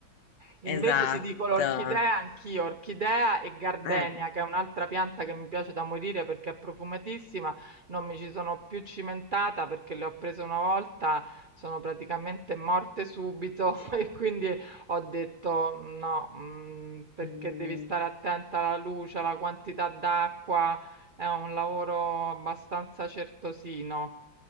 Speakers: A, on the right; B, on the left.
A: Invece
B: Esatto.
A: ti dico l'orchidea, anch'io, orchidea e gardenia,
B: Eh,
A: che è un'altra pianta che mi piace da morire perché è profumatissima, non mi ci sono più cimentata perché le ho prese una volta, sono praticamente morte subito <laughs> e quindi ho detto no, mm, perché
B: mhmm,
A: devi stare attenta alla luce, alla quantità d'acqua, è un lavoro abbastanza certosino.